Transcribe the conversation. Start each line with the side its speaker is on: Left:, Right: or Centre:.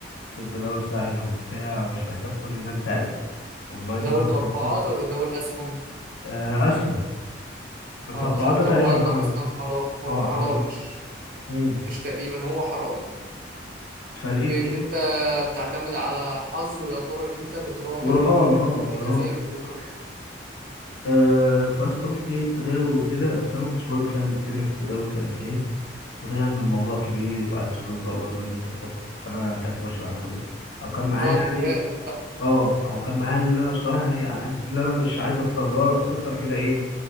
Left: التداول سهل وبتاع ومش محتاج كل ده انت قاعد اونلاين
Right: تداول
Left: بقى
Right: توقعات
Left: بتطبيق
Right: ولا تداول اسهم
Left: آه اسهم التوقعات
Right: اه عشان التوقعات
Left: ده تقريبا حرام
Right: ده اصلا حرام هو
Left: اه
Right: حرام
Left: حرام
Right: مش
Left: امم
Right: مش تقريبا هو حرام
Left: فلقيت
Right: لان
Left: ايه
Right: انت بتعتمد على حظ ويعتبر ان انت بتراهن
Left: ورهان اه
Right: زيها
Left: ورهان
Right: زي البوكر
Left: آه فاست قلت ايه التداول وكده بس انا ما كنتش برضه فاهم الدنيا في التداول كان ايه وطلع ان الموضوع كبير وعايز فلوس بقى برضه ان انت تحط فانا ساعتها ما كانش معايا فلوس او كان معايا
Right: وتقعد
Left: يعني
Right: مراقب بقى
Left: اه او كان معايا اللي انا بصراحه يعني على قد اللي انا مش عايز اخسر اللي هو لو خسرت انا كده ايه